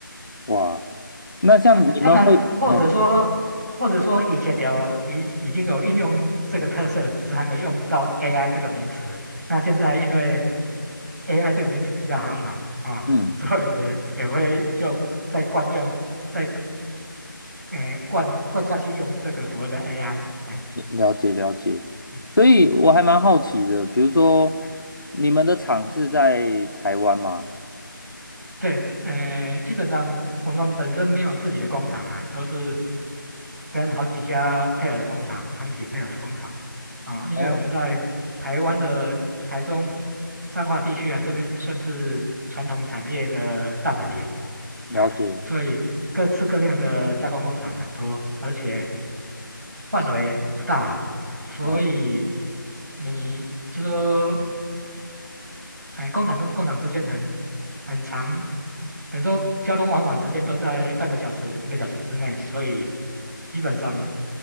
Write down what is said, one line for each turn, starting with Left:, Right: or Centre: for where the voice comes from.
Left: 哇，那像你们会，
Right: 啊，当然，或者说，
Left: 嗯
Right: 或者说以前有已已经有应用这个特色，只是还没用到 AI 这个名词。那现在因为 AI 这个名词比较夯嘛，啊，
Left: 嗯。
Right: 所以也也会就在惯用。在哎，灌灌下去用这个所谓的 AI，哎、
Left: 了解了解，
Right: 嗯嗯。
Left: 所以我还蛮好奇的，比如说
Right: 哎
Left: 你们的厂是在台湾吗？
Right: 对，呃，基本上我们本身没有自己的工厂啊，都是跟好几家配合的工厂、长期配合的工厂啊。因为我们在台湾的台中彰化地区啊，
Left: 哦，
Right: 这边算是传统产业的大本营，
Left: 了解，
Right: 哎，所以各式各样的加工工厂很多，而且范围不大啦，所以
Left: 嗯
Right: 你就说哎，工厂跟工厂之间很很长，等于说交通往返时间都在半个小时、一个小时之内，所以基本上，